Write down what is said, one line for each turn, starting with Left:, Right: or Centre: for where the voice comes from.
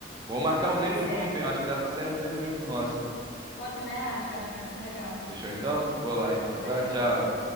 Right: Vamos marcar um treino
Left: pode ser.
Right: junto, hein? Eu acho que dá pra sair um treino junto nosso, hein?
Left: Pô, eu também acho, acho que vai ser legal.
Right: Fechou então? Vou lá então, tá?
Left: Valeu!
Right: Tchau.